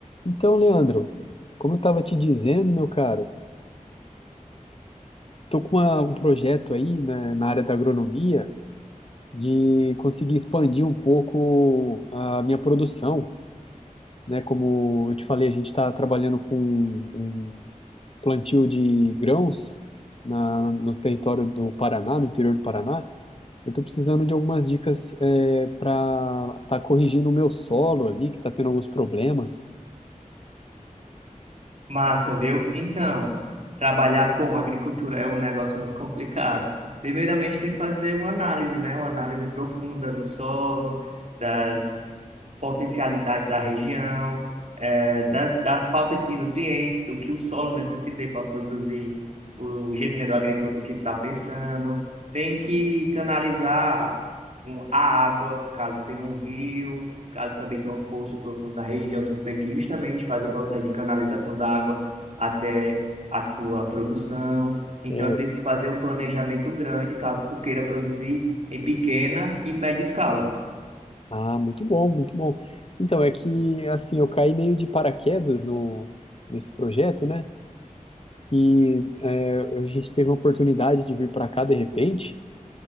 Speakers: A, on the left; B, on the right.
A: Então, Leandro, como eu estava te dizendo, meu caro, estou com uma- um projeto aí né, na área da agronomia de conseguir expandir um pouco a minha produção, né? Como eu te falei, a gente está trabalhando com um plantio de grãos na- no território do Paraná, no interior do Paraná. Eu estou precisando de algumas dicas para estar corrigindo o meu solo ali, que está tendo alguns problemas.
B: Massa, viu? Então, trabalhar com agricultura é um negócio muito complicado. Primeiramente, tem que fazer uma análise, né? Uma análise profunda do solo, das potencialidades da região, eh, da, da falta de nutrientes, o que o solo necessita para produzir o gênero agrícola do que está pensando. Tem que canalizar um- a água, caso tenha um rio Caso também tenha um poço profundo na região, tu tem que justamente fazer o processo de canalização da água até a tua produção. Então,
A: É,
B: é preciso fazer um planejamento grande, caso tu queira produzir em pequena e média escala.
A: Ah, muito bom, muito bom. Então, é que, assim, eu caí meio de paraquedas no, nesse projeto, né? E é, a gente teve a oportunidade de vir para cá de repente,